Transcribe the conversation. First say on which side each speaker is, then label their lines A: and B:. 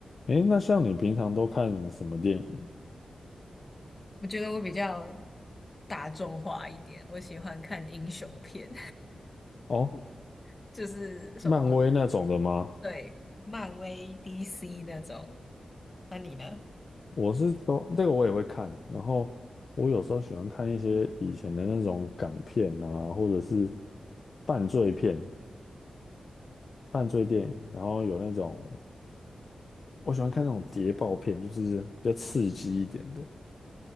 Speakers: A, on the left; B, on the left.
A: 诶，那像你平常都看什么电影？
B: 我觉得我比较大众化一点，我喜欢看英雄片，
A: 哦，
B: <laughs> 就是什么，
A: 漫威那种的吗？
B: 对，漫威、DC 那种。那你呢？
A: 我是说，这个我也会看，然后我有时候喜欢看一些以前的那种港片啊，或者是犯罪片、犯罪电影，然后有那种我喜欢看那种谍报片，就是比较刺激一点的，